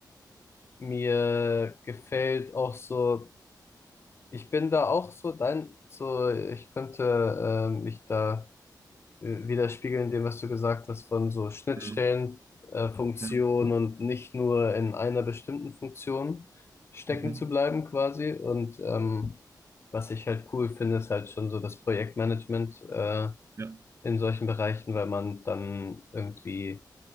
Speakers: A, on the left; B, on the right.
A: mir gefällt auch so. Ich bin da auch so dein, so ich könnte äh, mich da äh, widerspiegeln in dem, was du gesagt hast, von so Schnittstellen,
B: Mhm.
A: äh, Funktionen
B: Ja.
A: und nicht nur in einer bestimmten Funktion stecken
B: Mhm.
A: zu bleiben quasi. Und ähm, was ich halt cool finde, ist halt schon so das Projektmanagement äh,
B: Ja.
A: in solchen Bereichen, weil man dann irgendwie